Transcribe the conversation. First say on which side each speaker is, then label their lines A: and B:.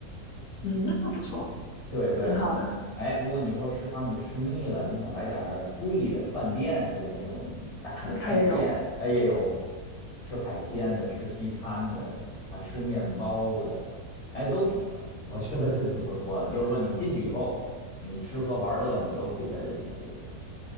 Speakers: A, on the left (about 80°); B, on the left (about 25°).
A: 嗯，那不错，
B: 对对，
A: 挺好的。
B: 哎，如果你说吃汤你吃腻了，你想来点儿贵的饭店，就是那种大的饭店，
A: 他也有，
B: 哎，也有吃海鲜的，吃西餐的，啊，吃面包的，哎，都挺全，我觉得真挺不错的。就是说你进去以后，你吃喝玩乐你都可以在这里面解决。